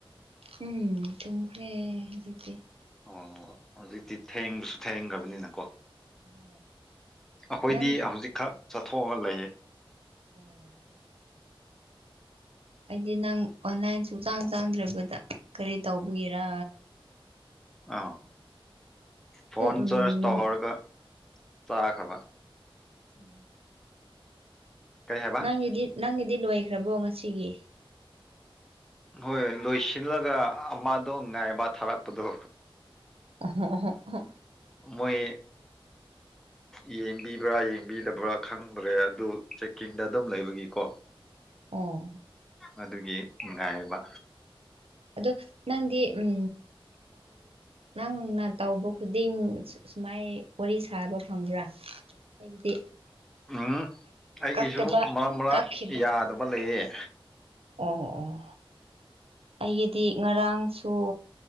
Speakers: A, on the right; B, in the centre.
A: ꯎꯝ ꯇꯨꯝꯃꯈ꯭ꯔꯦ ꯍꯧꯖꯤꯛꯇꯤ
B: ꯑꯣ ꯍꯧꯖꯤꯛꯇꯤ ꯊꯦꯡꯕꯁꯨ ꯊꯦꯡꯈ꯭ꯔꯕꯅꯤꯅꯀꯣ
A: ꯍꯣꯏ
B: ꯑꯈꯣꯏꯗꯤ
A: ꯅꯪ
B: ꯍꯧꯖꯤꯛꯈꯛ ꯆꯠꯊꯣꯛꯑꯒ ꯂꯩꯌꯦ <inaudible>
A: ꯑꯣ ꯑꯩꯗꯤ ꯅꯪ ꯑꯣꯟꯂꯥꯏꯟ ꯆꯥꯡ ꯆꯥꯡꯗ꯭ꯔꯕꯗ ꯀꯔꯤ ꯇꯧꯕꯒꯤꯔ
B: ꯑꯥ ꯐꯣꯟ
A: ꯎꯝ
B: ꯆꯔꯁ ꯇꯧꯍꯧꯔꯒ ꯆꯥ ꯈꯕ
A: <inaudible>
B: ꯀꯔꯤ ꯍꯥꯏꯕ
A: ꯅꯪꯒꯤꯗꯤ ꯅꯪꯒꯤꯗꯤ ꯂꯣꯏꯈ꯭ꯔꯕꯣ ꯉꯁꯤꯒꯤ
B: ꯍꯣꯏ ꯂꯣꯏꯁꯤꯜꯂꯒ ꯑꯃꯗꯣ ꯉꯥꯏꯕ ꯊꯥꯔꯛꯄꯗꯣ
A: <inaudible>
B: ꯃꯣꯏ ꯌꯦꯡꯕꯤꯕ꯭ꯔꯥ ꯌꯦꯡꯕꯤꯗꯕ꯭ꯔꯥ ꯈꯪꯗ꯭ꯔꯦ ꯑꯗꯨ ꯆꯦꯛꯀꯤꯡꯗ ꯑꯗꯨꯝ ꯂꯩꯕꯒꯤꯀꯣ
A: ꯑꯣ
B: ꯑꯗꯨꯒꯤ ꯅꯨꯡꯉꯥꯏꯕ
A: ꯑꯗꯣ ꯅꯪꯗꯤ ꯎꯝ ꯅꯪꯅ ꯇꯧꯕ ꯈꯨꯗꯤꯡ ꯁꯨꯃꯥꯏ ꯋꯥꯔꯤ ꯁꯥꯕ ꯈꯪꯕ꯭ꯔꯥ ꯍꯥꯏꯕꯗꯤ
B: ꯎꯝ ꯑꯩꯒꯤꯁꯨ
A: ꯀꯛꯇꯕ
B: ꯃꯔꯛ ꯃꯔꯛ
A: ꯀꯛꯈꯤꯕ
B: ꯌꯥꯗꯕ ꯂꯩꯌꯦ
A: ꯑꯣ ꯑꯣ ꯑꯩꯒꯤꯗꯤ ꯉꯔꯥꯡꯁꯨ